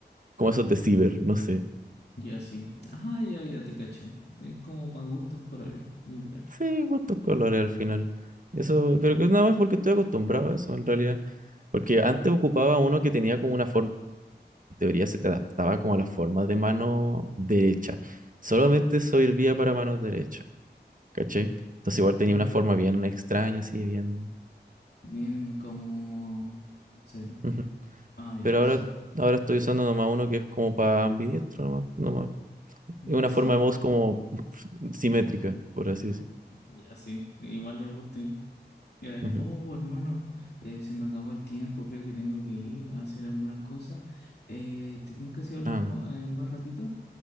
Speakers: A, on the right (about 50°); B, on the left (about 65°).
A: como esos de ciber, no sé.
B: Ya sí. Ah, ya, ya, te cacho. Es como para gustos colores, literal.
A: Sí, gustos colores al final. Eso, pero que nada más porque estoy acostumbrado a eso en realidad. Porque antes ocupaba uno que tenía como una forma, en teoría se te adaptaba como a la forma de mano derecha. Solamente eso servía para mano derecha, ¿cachai? Entonces igual tenía
B: Ya.
A: una forma bien extraña, así bien.
B: Bien como, no sé.
A: Ujú.
B: Ah, ya,
A: Pero ahora,
B: sí.
A: ahora estoy usando nomás uno que es como para ambidiestro, nomás, nomás.
B: Ya
A: Es una
B: sí,
A: forma de mouse como <laughs> simétrica, por así decir.
B: ya sí, igual es útil. Eh,
A: Ujú.
B: oh, hermano, eh, se me acabó el tiempo, creo que tengo que ir a hacer algunas cosas. Eh, ¿te tinca si hablamos
A: Ah,
B: eh, más ratito?